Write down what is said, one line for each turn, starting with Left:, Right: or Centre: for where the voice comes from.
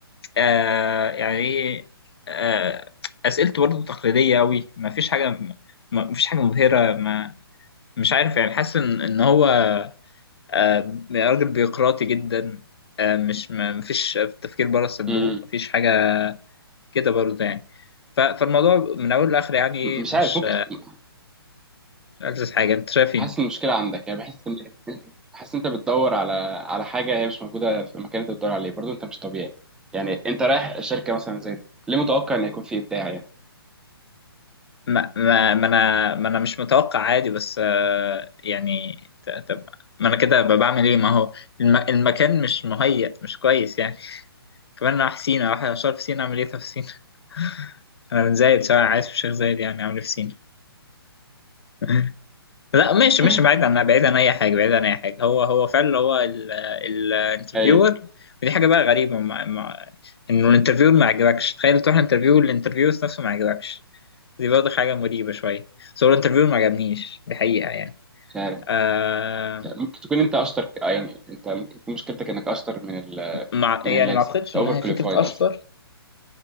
Left: آه يعني ايه آه اسئلته برضه تقليديه قوي ما فيش حاجه ما فيش حاجه مبهره ما مش عارف يعني حاسس ان إن هو آه راجل بيقراطي جدا آه مش ما فيش تفكير بره الصندوق
Centre: امم
Left: ما فيش حاجه كده برضه يعني ف- فالموضوع من اول لاخر يعني ايه
Centre: مش
Left: مش
Centre: عارف ممكن تكون-
Left: مش ألذ حاجه انت شايف ايه
Centre: حاسس إن المشكله عندك يعني بحس ان حاسس إن انت بتدور على على حاجه هي مش موجوده في المكان اللي انت بتدور عليه برضه انت مش طبيعي يعني انت رايح شركه مثلا زي دي ليه متوقع ان هيكون في ابداع يعني
Left: ما, ما, ما انا ما انا مش متوقع عادي بس آه، يعني ت- طب ما انا كده أبقى بعمل ايه ما هو الم المكان مش مهيأ مش كويس يعني كمان انا رايح سينا رايح اشتغل في سينا اعمل ايه طب في سينا <laughs> انا من زايد سواء عايز في شيخ زايد يعني اعمل إيه في سينا <laughs> لا مش مش
Centre: <laughs>
Left: بعيد عن بعيد عن اي حاجه بعيد عن اي حاجه هو هو فعلا هو الانترفيور
Centre: ايوه
Left: ودي حاجه بقى غريبه مع مع انه الانترفيور ما عجبكش تخيل تروح انترفيو الانترفيو نفسه ما عجبكش دي برضه حاجه مريبه شويه بس هو الانترفيو ما عجبنيش دي حقيقه يعني
Centre: مش عارف
Left: آه
Centre: ممكن تكون انت اشطر ك- آه، يعني انت ممكن تكون مشكلتك انك اشطر من ال...
Left: مع يعني
Centre: من اللازم
Left: ما اعتقدش
Centre: انت
Left: انها
Centre: اوفر كواليفايد
Left: هي فكره اشطر
Centre: اصلا